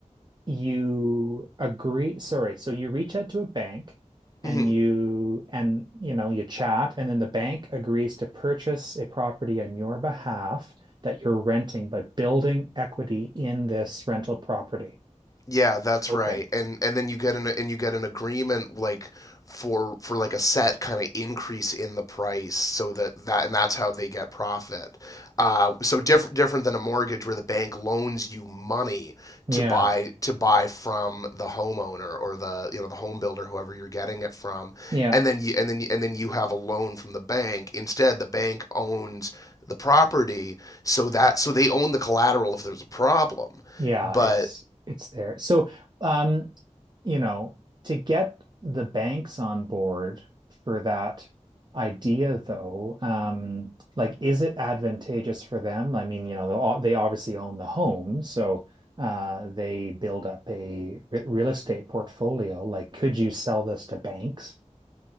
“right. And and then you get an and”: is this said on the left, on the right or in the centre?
Left